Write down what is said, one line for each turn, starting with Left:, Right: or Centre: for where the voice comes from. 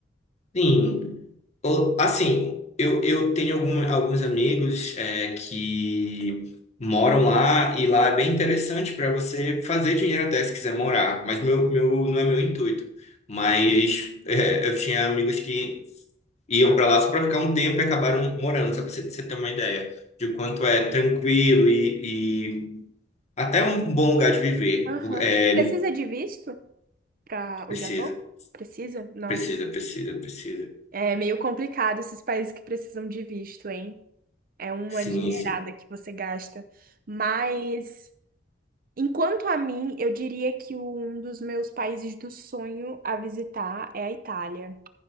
Left: Sim, O- assim, eu, eu tenho algum, alguns amigos é, que moram lá e lá é bem interessante para você fazer dinheiro até se quiser morar, mas meu, meu, não é meu intuito. Mas é, eu tinha amigos que iam para lá só para ficar um tempo e acabaram morando, só para você, você ter uma ideia de quanto é tranquilo e, e até um bom lugar de viver.
Right: Aham.
Left: Lu- É,
Right: Precisa de visto para
Left: precisa,
Right: o Japão? Precisa? Nossa.
Left: precisa, precisa, precisa.
Right: É meio complicado esses países que precisam de visto, hein? É uma
Left: Sim,
Right: dinheirada
Left: sim.
Right: que você gasta. Mas, enquanto a mim, eu diria que um dos meus países do sonho a visitar é a Itália.